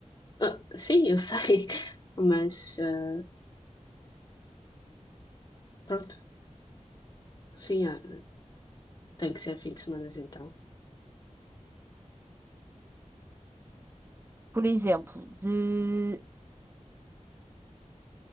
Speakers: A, on the left; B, on the right.
A: Ah, sim, eu sei, <laughs> mas ah, pronto, sim, ah, tem que ser fim de semana então.
B: Por exemplo, de.